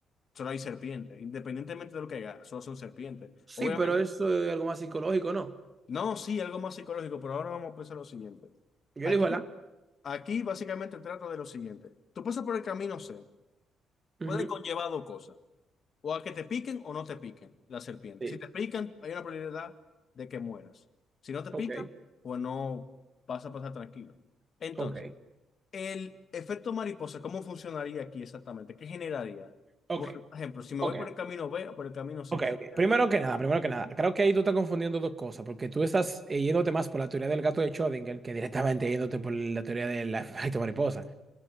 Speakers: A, on the left (about 50°); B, on the right (about 30°).
A: solo hay serpientes. Independientemente de lo que haga, solo son serpientes.
B: Sí,
A: Obviamente,
B: pero eso es algo más psicológico, ¿no?
A: no, sí, algo más psicológico, pero ahora vamos a pensar lo siguiente.
B: Yo
A: Aquí,
B: elijo el A.
A: aquí básicamente trata de lo siguiente. Tú pasas por el camino C,
B: Ujú,
A: puede conllevar dos cosas. O a que te piquen o no te piquen las serpientes.
B: Sí.
A: Si te pican, hay una probabilidad de que mueras. Si no te pica,
B: Ok,
A: pues no vas a pasar tranquilo. Entonces,
B: ok,
A: El efecto mariposa, ¿cómo funcionaría aquí exactamente? ¿Qué generaría?
B: ok,
A: Por ejemplo, si me
B: ok.
A: voy por el camino B o por el camino C,
B: Ok,
A: ¿qué
B: ok.
A: generaría?
B: Primero
A: ahí?
B: que nada, primero que nada, creo que ahí tú estás confundiendo dos cosas, porque tú estás eh, yéndote más por la teoría del gato de Schrödinger que directamente yéndote por la teoría del <laughs> efecto mariposa,